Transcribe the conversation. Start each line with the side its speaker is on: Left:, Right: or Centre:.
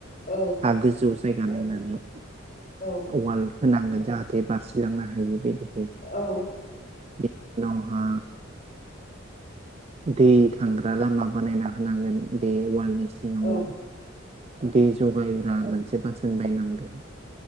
Left: औ
Right: हा गोजौ जायगा नायनानै
Left: औ
Right: उवाल होनांगोन। जाहाथे बारसिलांनो हायि बायदि।
Left: औ
Right: बिनि उनावहा दै थांग्रा लामा बानायना होनांगोन बे वालनि सिङावनो
Left: औ
Right: दै जगायग्रा मोनसे बासोन बायनांगोन।